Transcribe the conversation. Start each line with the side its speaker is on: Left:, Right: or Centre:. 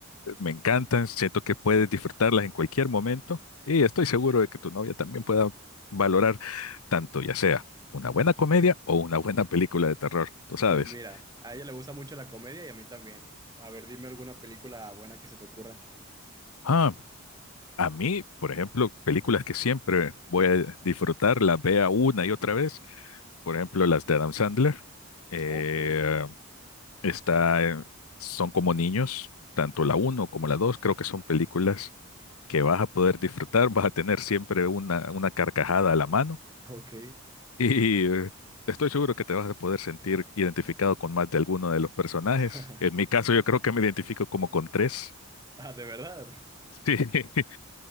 Left: me encantan, siento que puedes disfrutarlas en cualquier momento y estoy seguro de que tu novia también pueda valorar tanto ya sea una buena comedia o una buena película de terror, tú sabes.
Right: Pues mira, a ella le gusta mucho la comedia y a mí también. A ver, dime alguna película buena que se te ocurra.
Left: Ah, a mí, por ejemplo, películas que siempre voy a disfrutar, las vea una y otra vez, por ejemplo, las de Adam Sandler, eh,
Right: Ok,
Left: está, en- son como niños, tanto la uno como la 2 creo que son películas que vas a poder disfrutar, vas a tener siempre una, una carcajada a la mano
Right: ok.
Left: Y eh, estoy seguro que te vas a poder sentir identificado con más de alguno de los personajes.
Right: <laughs>
Left: En mi caso, yo creo que me identifico como con tres.
Right: Ah, ¿de verdad?
Left: Sí, <laughs>